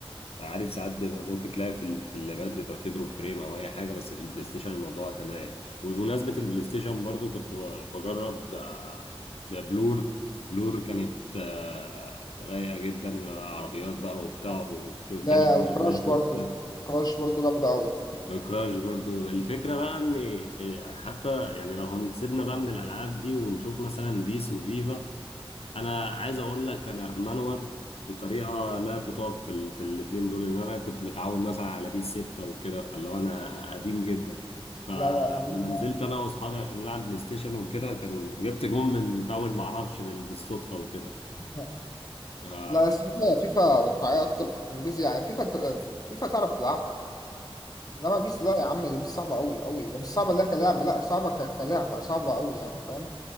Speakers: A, on the left; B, on the left.
A: عارف ساعات بيبقى ممكن تلاقي في ال- في اللابات بيبقى في دروب فريم او اي حاجه بس في البلاي ستيشن الموضوع كان رايق وبمناسبه البلاي ستيشن برضو كنت ب- بجرب آه، ده بلور بلور كانت آه، رايقه جدا عربيات بقى وبتاع
B: آه.
A: وبتعمل
B: لا وكراش
A: مهمات
B: برضو
A: وكده
B: كراش برضو جامده قوي
A: بكراش برضو الفكرة بقى ان إيه، حتى يعني لو هنسيبنا بقى من الالعاب دي ونشوف مثلا بيس وفيفا انا عايز اقول لك انا منوب بطريقة لا تطاق في ال... في الاتنين دول ان انا كنت متعود مثلا على بيس ستة وكده فاللي هو انا قديم جدا فلما
B: لا لا يعني
A: نزلت انا واصحابي عشان نلعب بلاي ستيشن وكده كان جبت جون من فاول معرفش بال- بالصدفة وكده
B: <laughs>
A: فانا
B: لا الصراحه فيفا واقعيه اكتر من بيس يعني فيفا انت- فيفا تعرف تلعبها انما بيس لا يا عم دي بيس صعبه قوي قوي مش صعبه لا كلاعب لا صعبه ك- كلعبه صعبه قوي يعني فاهم